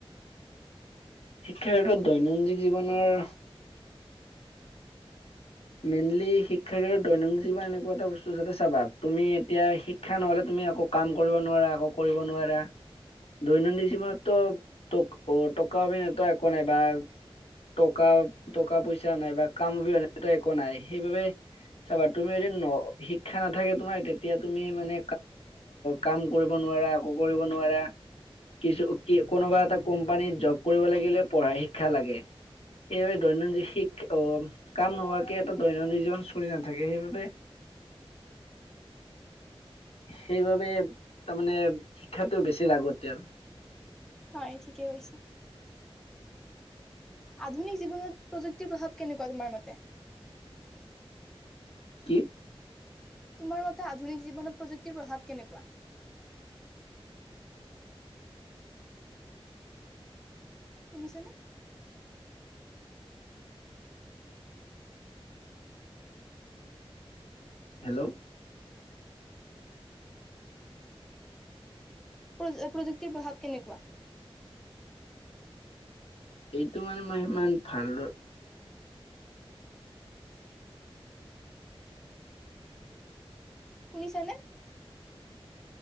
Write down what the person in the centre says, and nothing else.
হয় ঠিকে কৈছা। আধুনিক জীৱনত প্ৰযুক্তিৰ প্ৰভাৱ কেনেকুৱা তোমাৰ মতে?
তোমাৰ মতে আধুনিক জীৱনত প্ৰযুক্তিৰ প্ৰভাৱ কেনেকুৱা? শুনিছানে?
প্ৰ অ প্ৰযুক্তিৰ প্ৰভাৱ কেনেকুৱা?
শুনিছানে?